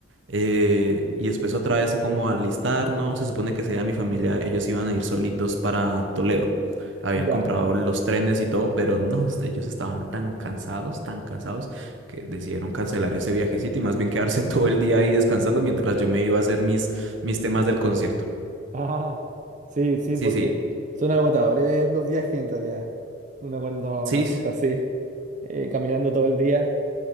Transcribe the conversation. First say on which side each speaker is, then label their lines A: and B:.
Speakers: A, on the right (about 80°); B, on the right (about 40°).
A: eh, y después otra vez como a alistarnos, se supone que sea mi familia, ellos iban a ir solitos para Toledo. Habían
B: ya.
A: comprado los trenes y todo, pero no, es- ellos estaban tan cansados, tan cansados, que decidieron cancelar ese viajecito y más bien quedarse <laughs> todo el día ahí descansando mientras yo me iba a hacer mis, mis temas del concierto.
B: Ah, sí, sí,
A: Sí,
B: porque
A: sí,
B: son agotadores los viajes en realidad. Uno cuando,
A: sí,
B: cuando
A: s-
B: está así, eh, caminando todo el día,